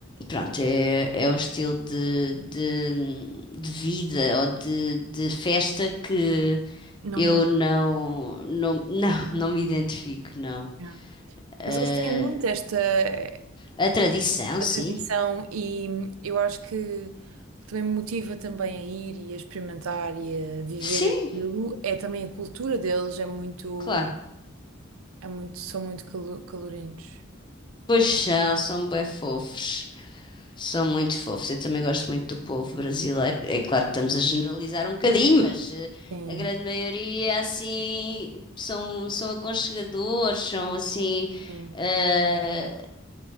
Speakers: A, on the left; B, on the right.
A: pronto, é, é um estilo de, de, de vida ou de, de festa que
B: Não
A: Eu
B: gosto.
A: não, não, não, não me identifico, não.
B: mesmo.
A: Eh,
B: Mas eles têm muito esta eh,
A: a tradição,
B: tradição
A: sim.
B: e hum, eu acho que o que também me motiva também a ir e a experimentar e a viver
A: Sim,
B: aquilo é também a cultura deles, é muito.
A: claro.
B: É muito, são muito calo- calorentos.
A: Pois são, são bem fofos. São muito fofos. Eu também gosto muito do povo brasileiro. É claro que estamos a generalizar um bocadinho, mas eh,
B: Sim,
A: a grande maioria, assim, são, são aconchegadores, são, assim,
B: sim,
A: ah,